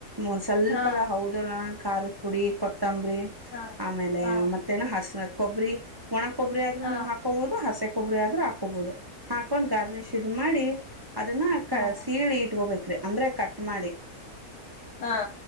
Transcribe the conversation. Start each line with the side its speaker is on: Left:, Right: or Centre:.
Right: ಒಂದ್ ಸ್ವಲ್ಪಗ
Left: ಹಾ
Right: ಹೌದುಲ್ಲ ನ ಖಾರದ ಪುಡಿ ಕೊತ್ತಂಬರಿ
Left: ಹಾ
Right: ಆಮೇಲೆ
Left: ಹಾ
Right: ಮತ್ತ ಮತ್ತೇ ಹಸ ಕೊಬ್ಬರಿ ಒಣ ಕೊಬ್ಬರಿ ಆದ್ರು ನೀವು
Left: ಹಾ
Right: ಹಾಕಬಹುದು ಹಸಿ ಕೊಬ್ಬರಿ ಆದ್ರರು ಹಾಕೋಬಹುದು ಹಾಕೊಂಡ್ ಗಾರ್ನಿಶ್ ಇದ್ ಮಾಡಿ ಅದನ್ನ
Left: ಹಾ
Right: ಸೀಳಿ ಇಟ್ಕೊಬೇಕ್ರಿ ಅಂದ್ರೆ ಕಟ್ ಮಾಡಿ
Left: ಹಾ